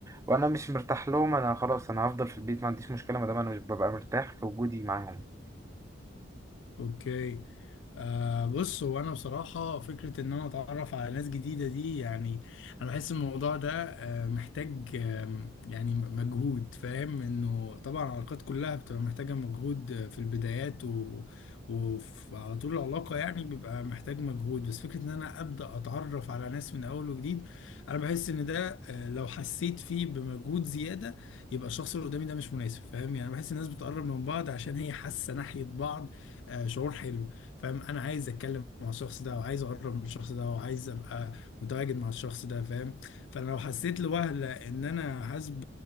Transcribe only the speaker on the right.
وأنا مش مرتاح لهم أنا خلاص أنا هفضل في البيت ما عنديش مشكلة ما دام أنا مش ببقى مرتاح في وجودي معاهم